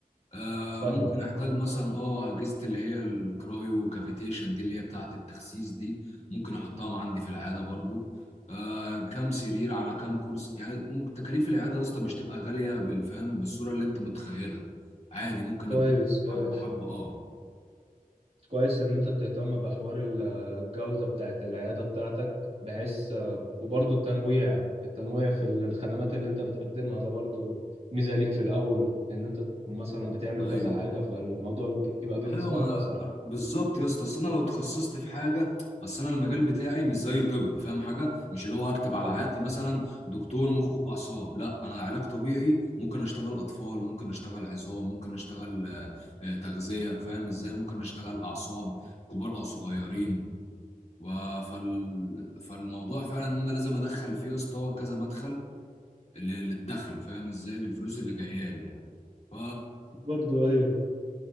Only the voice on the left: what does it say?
آه
ممكن احتاج
مثلا اه اجهزه اللي هي الكرايو كافيتيشن دي اللي هي بتاعه التخسيس دي ممكن احطها عندي في العياده برضو آه كام سرير على كام كرسي يعني ممكن تكاليف العياده يا اسطى مش تبقى غاليه بالفهم بالصوره اللي انت متخيلها عادي ممكن
ابدا
حبه حبه اه
ايوه
ايوه ما
انا بالظبط يا اسطى اصل انا لو اتخصصت في حاجه اصل انا المجال بتاعي مش زي طب فاهم حاجه مش اللي هو هكتب على
عيادتي
مثلا دكتور مخ واعصاب لا انا علاج طبيعي ممكن اشتغل اطفال ممكن اشتغل عظام ممكن اشتغل آه، آه، تغذيه فاهم ازاي ممكن اشتغل اعصاب كبار او صغيرين و- فال... فالموضوع فعلا ان انا لازم ادخل فيه يا اسطى كذا مدخل لل- للدخل فاهم ازاي للفلوس اللي جايه لي يعني ف